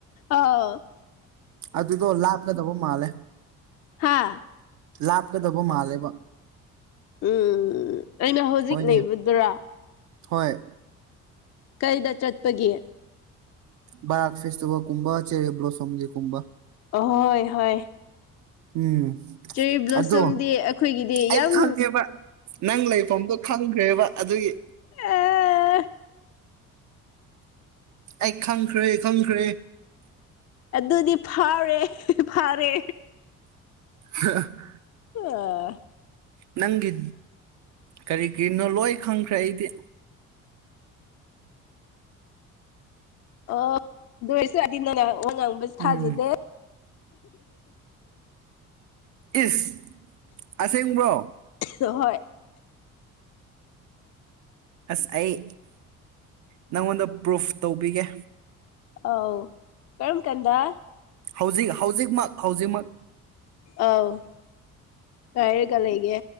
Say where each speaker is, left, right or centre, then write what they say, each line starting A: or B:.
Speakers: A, on the left; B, on the right.
A: ꯑꯥꯎ
B: ꯑꯗꯨꯗꯣ ꯂꯥꯞꯀꯗꯕ ꯃꯥꯜꯂꯦ
A: ꯍꯥ
B: ꯂꯥꯞꯀꯗꯕ ꯃꯥꯜꯂꯦꯕ
A: ꯎꯝ ꯑꯩꯅ ꯍꯧꯖꯤꯛ
B: ꯍꯣꯏꯅꯦ
A: ꯂꯩꯕꯗꯨꯔꯥ
B: ꯍꯣꯏ
A: ꯀꯩꯗ ꯆꯠꯄꯒꯦ
B: ꯔꯛ ꯐꯦꯁꯇꯕ ꯀꯨꯝꯚꯥꯦ ꯕ꯭ꯂꯣꯁꯝꯒꯤꯦ ꯀꯨꯝꯕꯥ
A: ꯑꯍꯣꯏ ꯍꯣꯏ
B: ꯎꯝ
A: ꯆꯦꯔꯤ ꯕ꯭ꯂꯣꯁꯨꯝꯗꯤ
B: ꯑꯗꯣ
A: ꯑꯩꯈꯣꯏꯒꯤꯗꯤ
B: ꯑꯩ
A: ꯌꯥꯝ
B: ꯈꯪꯉꯦꯕ ꯅꯪ ꯂꯩꯐꯝꯗꯣ ꯈꯪꯈ꯭ꯔꯦꯕ ꯑꯗꯨꯒꯤ
A: ꯑ
B: ꯑꯩ ꯈꯪꯈ꯭ꯔꯦ ꯈꯪꯈ꯭ꯔꯦ
A: ꯑꯗꯨꯗꯤ ꯐꯥꯎꯔꯦ ꯐꯥꯔꯦ
B: ꯑ
A: ꯑ
B: ꯅꯪꯒꯤ ꯀꯔꯤ ꯀꯅꯣ ꯂꯣꯏ ꯈꯪꯈ꯭ꯔꯦ ꯑꯩꯗꯤ
A: ꯑ ꯑꯗꯨꯔꯁꯨꯗꯤ ꯅꯅ ꯑꯣ ꯉꯥꯡꯕꯁꯨ ꯊꯥꯖꯗꯦ
B: ꯎꯝ ꯏꯁ ꯑꯁꯦꯡꯕꯣ
A: ꯍꯣꯏ
B: ꯑꯁ ꯑꯩ ꯅꯪꯉꯣꯟꯗ ꯄ꯭ꯔꯨꯐ ꯇꯧꯕꯤꯒꯦ
A: ꯑꯥꯎ ꯀꯔꯝ ꯀꯥꯟꯗ
B: ꯍꯧꯖꯤꯛ ꯍꯧꯖꯤꯛꯃꯛ ꯍꯧꯖꯤꯛꯃꯛ
A: ꯑꯥꯎ ꯀꯥꯏꯔꯒ ꯂꯩꯒꯦ